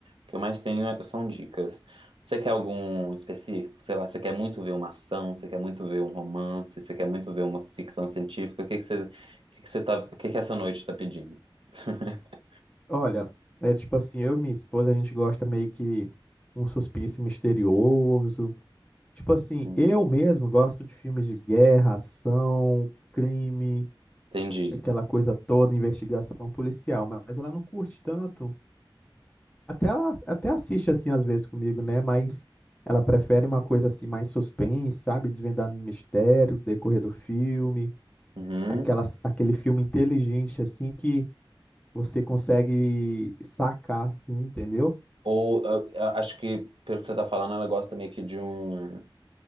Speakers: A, on the right (about 75°); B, on the left (about 15°).
A: que eu mais tenho é- são dicas. Você quer algum específico? Sei lá, você quer muito ver uma ação, você quer muito ver um romance, você quer muito ver uma ficção científica? O que que você, o que que você tá, o que que essa noite tá pedindo? <laughs>
B: Olha, é tipo assim, eu e minha esposa, a gente gosta meio que um suspense misterioso. Tipo assim,
A: Hum.
B: eu mesmo gosto de filmes de guerra, ação, crime,
A: Entendi.
B: aquela coisa toda, investigação policial, mas ela não curte tanto. Até ela- até assiste assim às vezes comigo, né? Mas ela prefere uma coisa assim mais suspense, sabe? Desvendando o mistério, decorrer do filme,
A: Uhum.
B: aquelas, aquele filme inteligente assim que você consegue sacar assim, entendeu?
A: Ou eu- eu acho que, pelo que você tá falando, ela gosta meio que de um